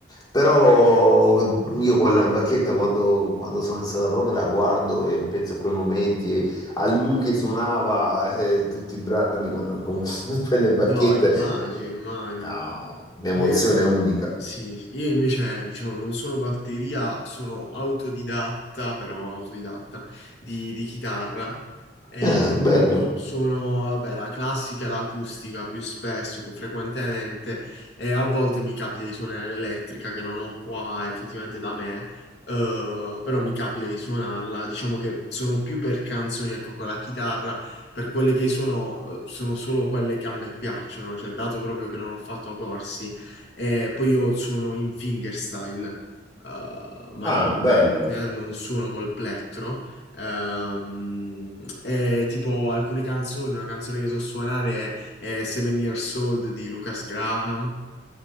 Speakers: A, on the left; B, on the left.
A: Però io quella bacchetta quando, quando sono in sala prova la guardo e penso a quei momenti, e a lui che suonava eh, tutti i brani con, con <laughs> quelle bacchette.
B: No, immagino,
A: Eh,
B: immagino.
A: no, un'emozione
B: No, Io,
A: unica.
B: sì, sì. io invece, diciamo, non sono batteria, sono autodidatta, però autodidatta, di, di chitarra. E
A: Eh, bello.
B: sono, vabbè, la classica, e l'acustica più spesso, più frequentemente, e a volte mi capita di suonare l'elettrica che non ho qua effettivamente da me, eh, però mi capita di suonarla. Diciamo che sono più per canzoni, ecco, con la chitarra, per quelle che sono, eh, sono solo quelle che a me piacciono, cioè dato proprio che non ho fatto corsi e poi io suono in fingerstyle, eh, maggiormente,
A: Ah, bello.
B: eh, non suono col plettro. Ehm, e tipo alcune canzoni, una canzone che so suonare è, è Seven Years Old di Lucas Graham.